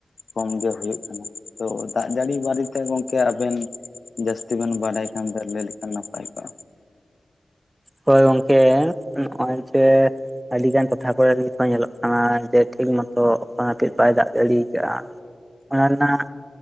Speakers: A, on the left; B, on the right.
A: ᱠᱚᱢᱜᱮ ᱦᱩᱭᱩᱜ ᱠᱟᱱᱟ ᱛᱳ ᱫᱟᱜ ᱡᱟᱹᱲᱤ ᱵᱟᱨᱮᱛᱮ ᱜᱚᱝᱠᱮ ᱟᱵᱮᱱ ᱡᱟᱹᱥᱛᱤ ᱵᱱ ᱵᱟᱰᱟᱭ ᱠᱷᱟᱱ ᱫᱚ ᱞᱟᱹᱭ ᱞᱮᱠᱷᱟᱱ ᱱᱟᱯᱟᱭ ᱠᱚᱜᱼᱟ
B: ᱦᱳᱭ ᱜᱚᱝᱠᱮ ᱱᱚᱜᱼᱚᱭ ᱡᱮ ᱟᱹᱰᱤᱜᱟᱱ ᱴᱚᱴᱷᱟ ᱠᱚᱨᱮᱤᱛᱷ ᱧᱮᱞᱚᱜ ᱠᱟᱱᱟ ᱡᱮ ᱴᱷᱤᱠ ᱢᱚᱛᱚ ᱚᱠ ᱱᱟᱯᱤᱡ ᱵᱟᱭ ᱫᱟᱜ ᱡᱟᱲᱮ ᱟᱠᱟᱫᱟᱼᱟ ᱾ ᱚᱱᱟ ᱨᱮᱱᱟᱜ